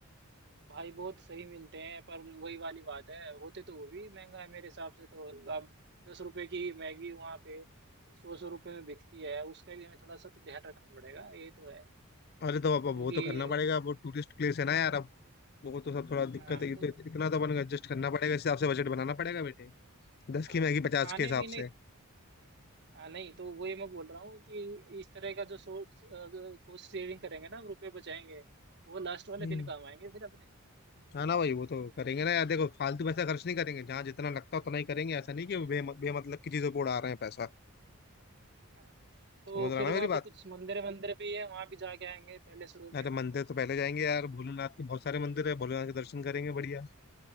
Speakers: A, on the right (about 50°); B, on the left (about 45°).
A: भाई बहुत सही मिलते हैं पर वही वाली बात है होते तो वो भी महंगा है मेरे हिसाब से तो अब दस रुपए की मैगी वहाँ पे सौ सौ रुपए में बिकती है उसका भी हमें थोड़ा सा तो ध्यान रखना पड़ेगा ये तो है
B: अरे तो अब अब
A: क्योंकि
B: वो तो करना पड़ेगा वो टूरिस्ट प्लेस है ना यार अब वो तो सब थोड़ा दिक्कत
A: हाँ
B: है ये तो
A: तो
B: इत- इतना तो अपन एडजस्ट करना पड़ेगा इस हिसाब से बजट बनाना पड़ेगा बेटे दस
A: हाँ
B: की मैगी
A: खाने
B: पचास के हिसाब
A: पीने
B: से
A: हाँ नहीं तो वही मैं बोल रहा हूँ कि इस तरह का जो सोर्स कॉस्ट सेविंग करेंगे ना रुपए बचाएंगे वो लास्ट वाले
B: हम्म
A: दिन काम आएंगे फिर अपने
B: हाँ ना भाई वो तो करेंगे ना यार देखो फालतू पैसा खर्च नहीं करेंगे जहाँ जितना लगता है उतना ही करेंगे
A: हाँ
B: ऐसा नहीं कि बे, बेमतलब की चीजों पे उड़ा रहे हैं पैसा
A: हाँ। तो
B: समझ रहा
A: फिर
B: ना
A: वहाँ
B: मेरी बात
A: पे कुछ मंदिर मंदिर भी है वहाँ भी जाके आएंगे पहले शुरू
B: अरे
A: में
B: मंदिर तो पहले जाएंगे यार भोलेनाथ के बहुत सारे मंदिर है भोलेनाथ के दर्शन करेंगे बढ़िया